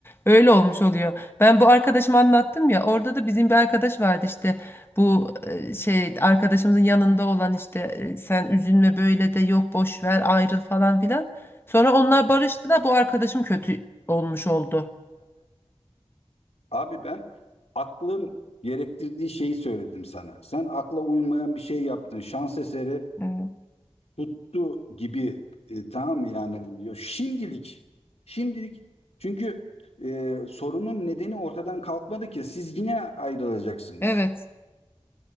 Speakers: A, on the left; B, on the left.
A: Öyle olmuş oluyor. Ben bu arkadaşıma anlattım ya. Orada da bizim bir arkadaş vardı işte. Bu e, şey arkadaşımızın yanında olan işte e, sen üzülme böyle de yok boş ver ayrıl falan filan. Sonra onlar barıştı da bu arkadaşım kötü olmuş oldu.
B: Abi ben aklın gerektirdiği şeyi söyledim sana. Sen akla uymayan bir şey yaptın. Şans eseri
A: Evet.
B: tuttu gibi e, tamam mı yani diyor. Şimdilik şimdilik çünkü e, sorunun nedeni ortadan kalkmadı ki siz yine ayrılacaksınız.
A: Evet.